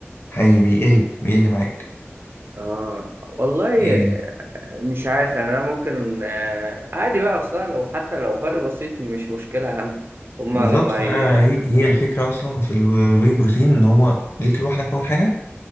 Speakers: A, on the left; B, on the right.
A: هي بيقل بيقل معاك
B: آه والله
A: يعني
B: آه، مش عارف يعني أنا ممكن آه عادي بقى أصلا لو حتى لو فرق بسيط مش مشكلة أهم هما
A: بالظبط
B: لما
A: فانا
B: ي...
A: هي هي الفكره اصلا في الواي بروتين ان هو ليك لوحدك اول حاجه